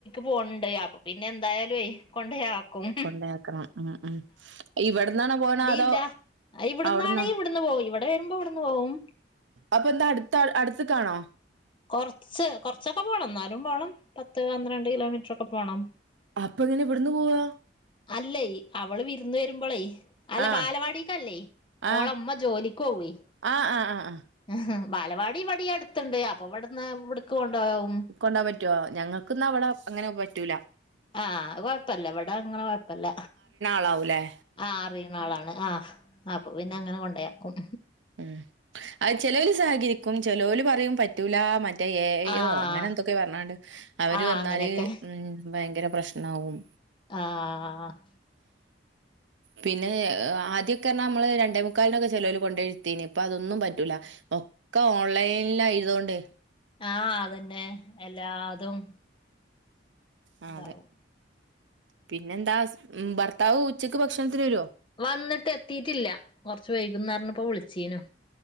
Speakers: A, on the left (about 30°); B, on the right (about 80°).
A: പോണ്ട അപ്പൊ പിന്നെ എന്തായാലും കൊണ്ടെയാക്കും
B: ണ്ടെയാക്കണം ഉം ഉം ഇവിടുന്നാണ പോണ അതോ
A: ഇല്ല ഇവിടന്നാണേൽ
B: അവിടന്നാ
A: ഇവിടുന്ന് പോവും ഇവിടെ വരുമ്പോ ഇവിടുന്ന് പോവും
B: അപ്പൊ എന്താ അടുത്ത അടുത്തക്ക് ആണോ
A: കുറച്ച് കൊറച്ചൊക്കെ പോണം ന്നാലും പോണം പത്ത് പന്ത്രണ്ട് കിലോമീറ്റർ ഒക്കെ പോണം
B: അപ്പം എങ്ങനെ ഇവിടുന്ന് പോവാ
A: അല്ലേ അവള് വിരുന്ന് വരുമ്പോളേ അല്ല
B: ആഹ്
A: ബാലവാടിക്കല്ലേ
B: ആഹ്
A: ഓള ഉമ്മ ജോലിക്ക് പോവേ
B: ആഹ് ആഹ് ഹ് ആഹ്
A: ഹ്‌ഹും ബാലവാടി ഇവിടെയും അടുത്തുണ്ട് അപ്പൊ ഇവിടുന്ന് ഇവിടുക്ക് കൊണ്ടു പോകും
B: കൊണ്ടോവാറ്റോ ഞങ്ങക്ക് ന്ന അവിടെ അങ്ങനെ പറ്റൂല
A: ആഹ് അത് കൊഴപ്പല്ല ഇവിട അങ്ങനെ കൊഴപ്പല്ല
B: വൂല്ലേ
A: ആഹ് അറിയുന്ന ആളാണ് ആഹ് ആപ്പൊ പിന്നെ അങ്ങനെ കൊണ്ടോയാക്കും
B: ഉം അത് ചിലവല് സഹകരിക്കും ചേലോല പറയും പറ്റൂല മ മറ്റു എ ഐ
A: ആഹ്
B: യോ അങ്ങനെ എന്തൊക്കെയോ പറഞ്ഞാണ്ട് അവര്
A: ആഹ്
B: വന്നാല്
A: അങ്ങനെയൊക്കെ
B: ഉം ഭയങ്കര പ്രശ്നവും
A: ആഹ്ഹ്
B: പിന്നെ ആദ്യക്കെ അർണ നമ്മള് രണ്ടേമുക്കാലിനൊക്കെ ചേലോല കൊണ്ടോയിരുത്തും തിന് ഇപ്പ അതൊന്നും പറ്റൂല ഒക്കെ ഓൺലൈനിൽ ആയതുണ്ട്
A: ആഹ് അതന്നെ എല്ലാതും
B: ആഹ്
A: ഇതാവും
B: അതെ പിന്നെന്താ മ് ഭർത്താവ് ഉച്ചക്ക് ഭക്ഷണത്തിന് വെരോ
A: വന്നിട്ട് എത്തിയിട്ടില്ല കുറച്ച് വൈകുന്നു പറഞ്ഞു ഇപ്പോ വിളിച്ചിന്നു